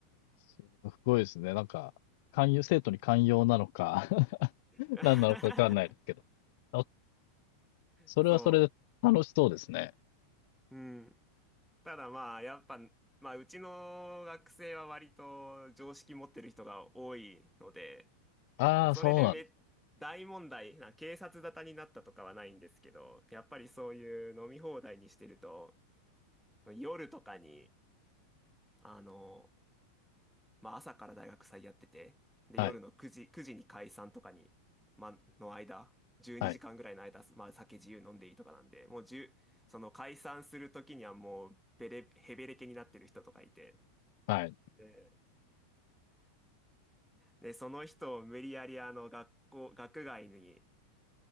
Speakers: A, on the left (about 60°); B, in the centre.
A: すごいですね。なんか、寛容、生徒に寛容なのか <laughs>
B: <laughs>
A: 何なのかわかんないですけど。あ、それはそれで楽しそうですね。
B: そう。うん。ただまあ、やっぱ、まあ、うちの学生は割と常識持ってる人が多いので、
A: ああ、
B: それでめ、
A: そうなんです。
B: 大問題な、警察沙汰になったとかはないんですけど、やっぱりそういう飲み放題にしてると、夜とかに、あの、まあ、朝から大学祭やってて、で、
A: はい、
B: 夜の9時、9時に解散とかに、まあ、の間、12時間ぐらいの間、
A: はい、
B: まあ、酒自由飲んでいいとかなんで、もう1その解散する時にはもう、べれ、へべれけになってる人とかいて、
A: はい。
B: で、で、その人を無理やりあの学校、学外に